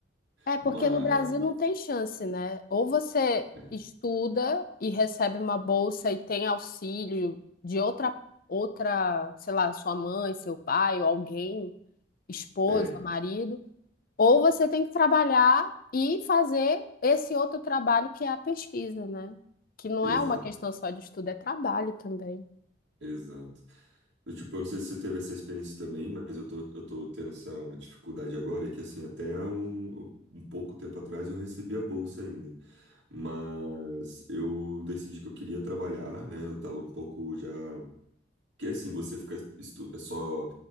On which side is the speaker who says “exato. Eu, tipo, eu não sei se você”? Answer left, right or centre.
Right